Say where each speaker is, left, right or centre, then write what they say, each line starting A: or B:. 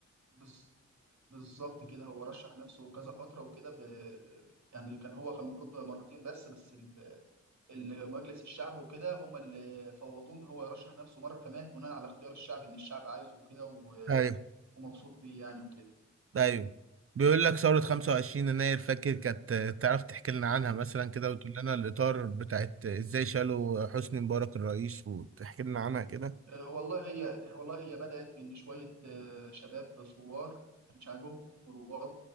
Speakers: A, on the right (about 70°); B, on the right (about 50°).
A: بز... بالظبط كده هو رشح نفسه كذا فتره وكده ب... يعني كان هو كان المفروض بقى مرتين بس بس ال... ال- مجلس الشعب وكده هم اللي فوضوه ان هو يرشح نفسه مره كمان بناء على اختيار الشعب ان الشعب عايزه وكده و...
B: ايوه
A: ومبسوط بيه يعني وكده
B: ايوه بيقول لك ثورة 25 يناير فاكر كانت آه، تعرف تحكي لنا عنها مثلا كده وتقول لنا الإطار بتاعت ازاي شالوا حسني مبارك الرئيس وتحكي لنا عنها كده
A: آه، والله هي والله هي بدأت بإن شوية آه، شباب ثوار ما كانش عاجبهم الوضع